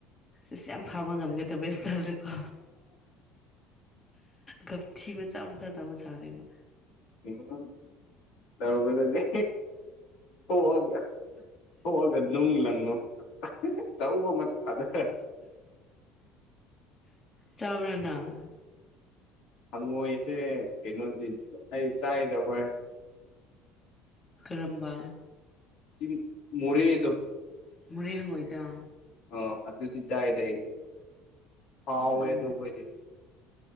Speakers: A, on the left; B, on the left.
A: ꯏꯁ ꯌꯥꯝ ꯐꯕ ꯉꯝꯒꯗꯕꯩ ꯏꯁꯇꯥꯜꯗꯀꯣ ꯒꯞꯊꯤ ꯃꯆꯥ ꯃꯆꯥꯥ ꯇꯧꯕ ꯁꯥꯔꯤꯕ
B: ꯀꯩꯅꫭ ꯇꯧꯒꯗꯝꯅꯦ ꯊꫭꯛꯑꯒ ꯊꯣꯛꯑꯒ ꯅꯨꯡ ꯂꯪꯉꯣ ꯑꯆꯧꯕꯃ ꯊꯥꯗ
A: ꯆꯥꯕꯔ ꯅꯪ
B: ꯍꯪꯉꯣꯏꯁꯦ ꯀꯩꯅꯣꯗꯤ ꯑꯩ ꯆꯥꯏꯗ ꯍꯣꯏ
A: ꯀꯔꯝꯕ
B: ꯆꯤꯡ ꯃꯣꯔꯦꯗꯣ
A: ꯃꯣꯔꯦ ꯍꯪꯉꯣꯏꯗꯣ
B: ꯑꫭ ꯑꯗꯨꯗꯤ ꯆꯥꯏꯗ ꯑꯩꯁꯨ ꯍꯥꯎꯋꯦ
A: ꯇꯟ
B: ꯑꯗꯨ ꯍꯣꯏꯗꯤ